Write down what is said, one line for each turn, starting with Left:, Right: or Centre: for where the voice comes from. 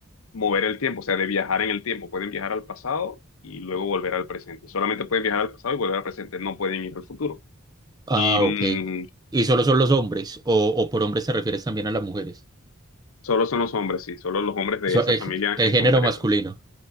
Left: mover el tiempo, o sea, de viajar en el tiempo. Pueden viajar al pasado y luego volver al presente. Solamente pueden viajar al pasado y volver al presente, no pueden ir al futuro.
Right: Ah,
Left: Y mm,
Right: ok. ¿Y solo son los hombres? ¿O, o por hombres te refieres también a las mujeres?
Left: solo son los hombres, sí, solo los hombres de
Right: So-
Left: esa
Right: el,
Left: familia
Right: el
Left: en
Right: género
Left: concreto.
Right: masculino.